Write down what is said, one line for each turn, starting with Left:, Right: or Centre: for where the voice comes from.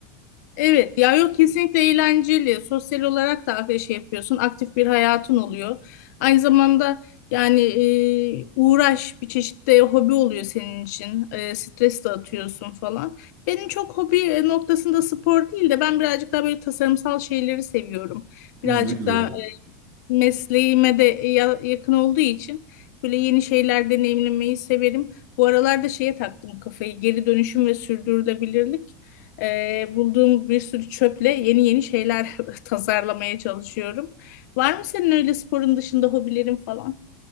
Left: Evet ya yok kesinlikle eğlenceli. Sosyal olarak da bir şey yapıyorsun. Aktif bir hayatın oluyor. Aynı zamanda yani e, uğraş bir çeşit de hobi oluyor senin için. E, stres de atıyorsun falan. Benim çok hobi noktasında spor değil de ben birazcık daha böyle tasarımsal şeyleri seviyorum.
Right: Hmm,
Left: Birazcık
Right: ne güzel.
Left: daha mesleğime de ya- yakın olduğu için böyle yeni şeyler deneyimlemeyi severim. Bu aralarda şeye taktım kafayı geri dönüşüm ve sürdürülebilirlik. Ee, bulduğum bir sürü çöple yeni yeni şeyler <laughs> tasarlamaya çalışıyorum. Var mı senin öyle sporun dışında hobilerin falan?